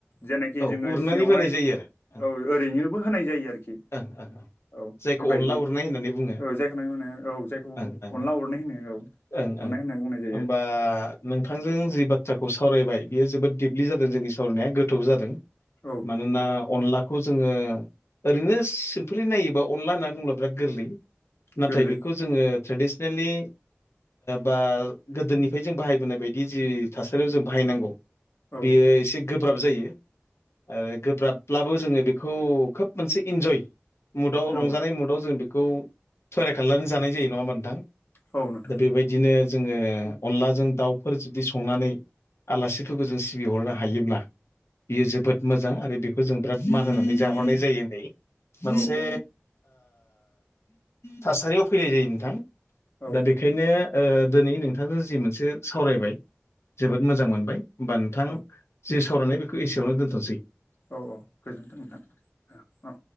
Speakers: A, on the left; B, on the left.
A: जेनाखि
B: औ
A: जोंङो
B: उरनानै
A: सिङावहाय
B: बोनाय जायो आरो ओं
A: औ ओरैनोबो होनाय जायो आरोखि
B: ओं ओं ओं
A: औ
B: जायखौ
A: बेबायदि
B: अनला उरनाय होननानै बुङो
A: औ जायखौनो होनो औ जायखौ
B: ओं ओं
A: अनला अरनै होनो औ
B: ओं
A: अरनाय
B: ओं
A: होनना बुंनाय जायो
B: होनबा नों नोंथांजों जि बाथ्राखौ सावरायबाय बियो जोबोद दिपलि जादों जोंनि सावरायनाया गोथौ जादों।
A: औ
B: मानो ना अनलाख खौ जोंङो ओरैनो सिम्पलि नायोबा अनला होननानै बुङो बिराद गोरलै नाथाय
A: गोरलै
B: बेखौ जोंङो ट्रेडिसनेलि बा गोदोनिफ्राय जों बाहायबोनाय बायदि जि थासारियाव जों बाहायनांगौ
A: औ
B: बेयो एसे गोब्राब जायो आरो गोब्राब ब्लाबो जोंङो बेखौ खोब मोनसे इन्जय मुदाव रंजानाय
A: औ
B: मुदाव जों बेखौ खौ थयरार खालामनानै जानाय जायो नङा होनबा नोंथां
A: औ नोंथां
B: दा बेबायदिनो जोंङो
A: औ
B: अनलाजों दाउ फोर जुदि संनानै आलासिफोरखौ जों सिबिहरनो हायोब्ला बियो जोबोद मोजां आरो बेखौ जों बिराद मान होनानै जाहरनाय जायो नै मोनसे
A: औ
B: थासारियाव फैनाय जायो नोंथां
A: औ
B: दा बे बे ओंखायनो दिनै नोंथांखौ जि मोनसे सावरायबाय जोबोद मोजां मोनबाय होमबा नोंथां
A: औ
B: जोंनि सावरायनाय बेखौ एसेयावनो दोनथ'नोसै
A: औ औ गोजोनथों नोंथां औ